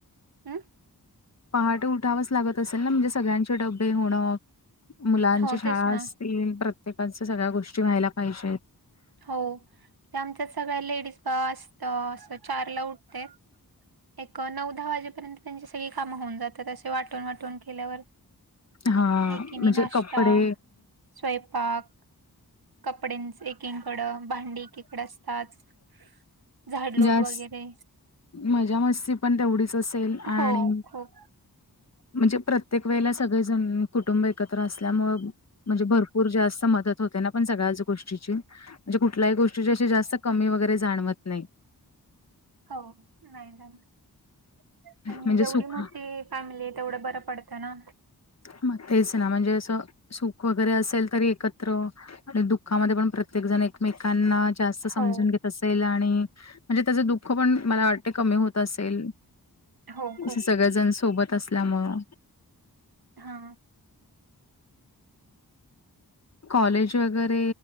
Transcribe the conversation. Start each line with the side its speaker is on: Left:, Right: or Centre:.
Right: हम्म
Left: पहाटे उठावंच लागत असेल ना म्हणजे सगळ्यांचे डबे होणं मुलांची
Right: हो
Left: शाळा
Right: तेच ना
Left: असतील प्रत्येकाच्या सगळ्या गोष्टी व्हायला पाहिजेत.
Right: हो ते आमच्या सगळ्या लेडीज बा असत अस चार ला उठते. एक नऊ दहा वाजेपर्यंत त्यांची सगळी कामं होऊन जातात असे वाटून वाटून केल्यावर.
Left: हा
Right: एकीने
Left: म्हणजे
Right: नाश्ता
Left: कपडे.
Right: स्वयंपाक कपड्यांच एकीकड भांडी एकीकड असतात झाडलोट
Left: जास्
Right: वगैरे
Left: मजा मस्ती पण तेवढीच असेल
Right: हो
Left: आणि
Right: खूप
Left: म्हणजे प्रत्येक वेळेला सगळेजण कुटुंब एकत्र असल्यामुं म्हणजे भरपूर जास्त मदत होते ना पण सगळ्याच गोष्टीची. म्हणजे कुठल्याही गोष्टीची अशी जास्त कमी वगैरे जाणवत नाही.
Right: हो नाही जाणवत आणि
Left: म्हणजे
Right: एवढी
Left: सुख
Right: मोठी फॅमिली तेवढं बरं पडतं ना.
Left: मग तेच ना म्हणजे असं सुख वगैरे असेल तरी एकत. त्र मग आणि दुःखामध्ये पण प्रत्येक जण एकमेकांना जास्त समजून
Right: हो
Left: घेत असत असेल आणि म्हणजे त्याचं दुःख पण मला वाटते कमी होत असेल.
Right: हो
Left: असे
Right: खूप
Left: सगळेजण सोबत असल्यामुळं.
Right: हा
Left: कॉलेज वगैरे